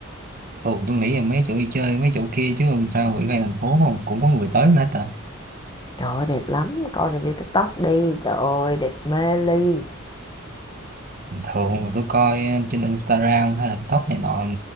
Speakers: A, on the right; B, on the left.
A: thường tôi nghĩ là mấy chỗ đi chơi mấy chỗ kia chứ làm sao ủy ban thành phố không cũng có người tới nữa ta
B: trời ơi đẹp lắm coi review tiktok đi trời ơi đẹp mê ly
A: thường là tôi coi trên Instagram hay là TikTok này nọ